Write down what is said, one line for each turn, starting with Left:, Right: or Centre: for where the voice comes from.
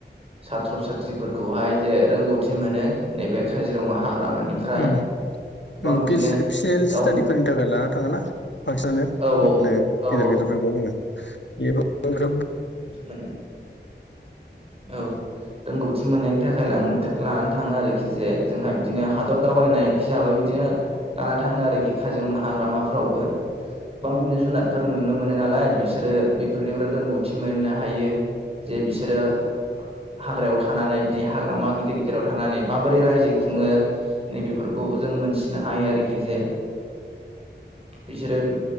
Right: साथ्र' साथ्रिफोरखौहाय जे रोंगौथि मोनो नैबे काजिरङा हाग्रामानिफ्राय
Left: उम
Right: गोबां
Left: उम
Right: बिदिनो
Left: पिसिल
Right: गावनि
Left: स्टाडिफोरनि थाखाय लाना थाङो ना बांसिनानो
Right: औ औ
Left: <unintelligible> गेदेर
Right: औ औ
Left: गेदेरफोरखौ होनो <unintelligible>
Right: माने औ रोंगौथि मोननायनि थाखाय लानानै थाङो आरोखि जे जोंहा बिदिनो हादर दावबायनाय हिसाबै बिदिनो लाना थाङो आरोखि काजिरङा हाग्रामाफ्रावबो गोबां बिदिनो जुनादफोर नुनो मोनो नालाय बिसोरो बेफोरनिफ्राय रोंगौथि मोननो हायो। जे बिसोरो हाग्रायाव थानानै बिदि हाग्रामा गिदिर गिदिराव थानानै माबोरै रायजो खुङो नैबेफोरखौ जों मोनथिनो हायो आरोखि जे बिसोरो बि